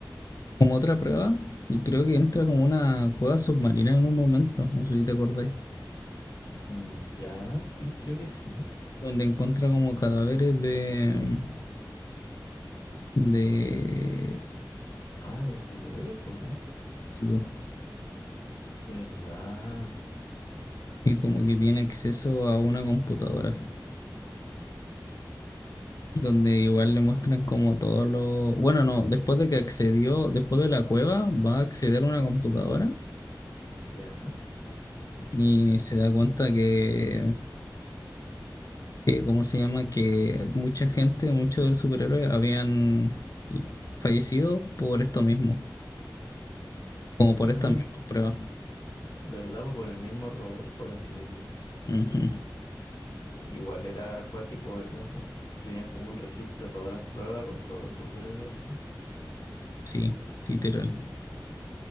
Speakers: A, on the left (about 50°); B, on the left (about 70°).
A: como otra prueba y creo que entra como una cueva submarina en un momento, no sé si te acordáis,
B: Mm, ya, sí, creo que sí.
A: donde encuentra como cadáveres de, de
B: Ah, de superhéroes, pues no.
A: chivo
B: ¿Verdad?
A: y como que tiene acceso a una computadora, donde igual le muestran como todos los... Bueno, no, después de que accedió, después de la cueva, va a acceder a una computadora
B: Ya.
A: y se da cuenta que, que ¿cómo se llama? Que mucha gente, muchos de los superhéroes habían fallecido por esto mismo Como por
B: Mm,
A: estas mismas
B: po-
A: pruebas.
B: ¿verdad? Pues por el mismo robot, por así decir.
A: Ujú.
B: Igual era acuático, ¿verdad? Pues tenían como un registro de todas las pruebas con todos los superhéroes así.
A: Sí, literal.